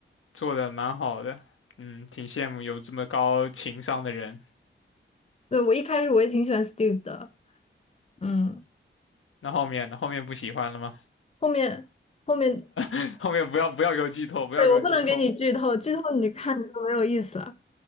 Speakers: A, on the left; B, on the left.
A: 做的蛮好的，嗯，挺羡慕有这么高情商的人。
B: 对，我一开始我也挺喜欢 Steve 的，嗯，
A: 那后面呢？后面不喜欢了吗？
B: 后面后面。
A: <laughs> 后面不要不要给我剧透，不要给我剧透。
B: 对，我不能给你剧透，剧透你看就没有意思了。